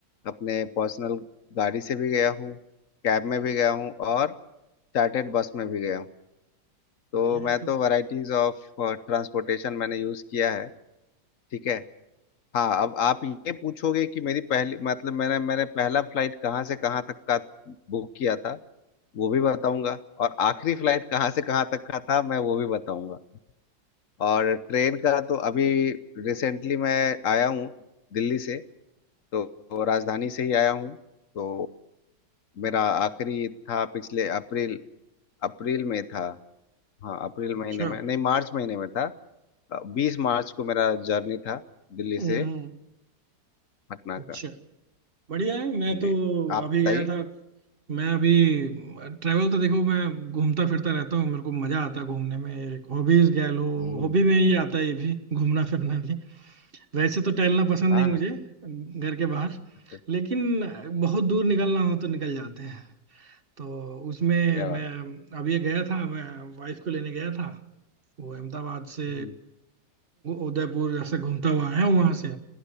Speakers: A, on the left (about 55°); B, on the right (about 35°).
A: अपने पर्सनल गाड़ी से भी गया हूँ कैब में भी गया हूँ और चार्टर्ड बस में भी गया हूँ तो
B: बढ़िया
A: मैं
B: है तो
A: तो वैरायटीज ऑफ ट्रांसपोर्टेशन मैंने यूज़ किया है ठीक है हाँ अब आप ये पूछोगे कि मेरी पहली मतलब मैंने मैंने पहला फ्लाइट कहाँ से कहाँ तक का बुक किया था वो भी बताऊंगा और आखिरी फ्लाइट कहाँ से कहाँ तक का था मैं वो भी बताऊंगा और ट्रेन का तो अभी रिसेंटली मैं आया हूँ दिल्ली से तो, तो राजधानी से ही आया हूँ तो मेरा आखिरी था पिछले अप्रैल अप्रैल में था हाँ अप्रैल
B: अच्छा
A: महीने में नहीं मार्च महीने में था बीस मार्च को मेरा जर्नी था दिल्ली
B: हम्म,
A: से पटना
B: अच्छा
A: का
B: बढ़िया है मैं
A: जी
B: तो
A: आप
B: अभी
A: बताइए
B: गया था मैं अभी ट्रैवल तो देखो मैं घूमता फिरता रहता हूँ मेरे को मजा आता है घूमने में एक हॉबीज कह लो
A: हम्म
B: हॉबी में ही आता है ये भी <laughs> घूमना फिरना भी वैसे तो टहलना पसंद
A: हाँ
B: नहीं
A: हाँ
B: मुझे घर के बाहर
A: अच्छा, अच्छा,
B: लेकिन बहुत दूर निकलना हो तो निकल जाते हैं तो उसमें
A: क्या
B: मैं
A: बात
B: अभी गया था मैं वाइफ को लेने गया था वो अहमदाबाद से
A: हम्म,
B: उदयपुर जैसे घूमता हुआ आया वहां से